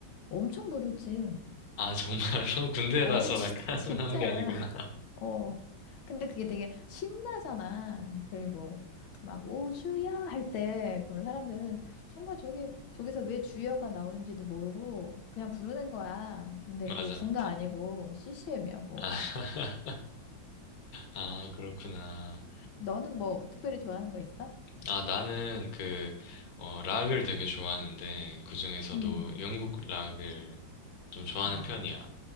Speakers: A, on the left; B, on the left.
A: 엄청 부르지.
B: 아, 정말로? <laughs> 군대라서
A: 어, 진,
B: 약간
A: 진짜야.
B: <laughs> 하는 게 아니구나.
A: 어. 근데 그게 되게 신나잖아. 그리고 막 오주야 할 때, 그러면 사람들은 정말 저기, 저기서 왜 주여가 나오는지도 모르고 그냥 부르는 거야.
B: <laughs>
A: 근데
B: 맞아,
A: 그거 군가
B: 맞아.
A: 아니고 CCM이라고.
B: 아, <laughs> 아, 그렇구나.
A: 너는 뭐 특별히 좋아하는 거 있어?
B: 아, 나는 그, 어, 락을 되게 좋아하는데, 그중에서도
A: 음,
B: 영국 락을 좀 좋아하는
A: 아,
B: 편이야.